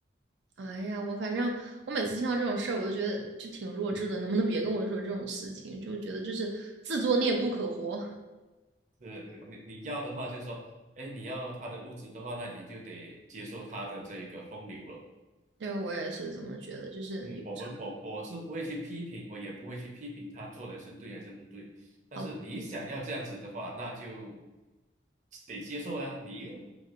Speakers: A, on the right; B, on the right.
A: 哎呀，我反正我每次听到这种事儿，我都觉得就挺弱智的，能不能别跟我说这种事情？就觉得就是自作孽不可活，
B: 是，你你要的话，就是说，哎，你要他的物质的话，那你就得接受他的这个风流了。
A: 这个我也是这么觉得，就是有时
B: 嗯，我们我我是不会去批评，我也不会去批评他做的是对还是不对。但是你想要这样子的话，
A: 候好
B: 那就得接受啊。你又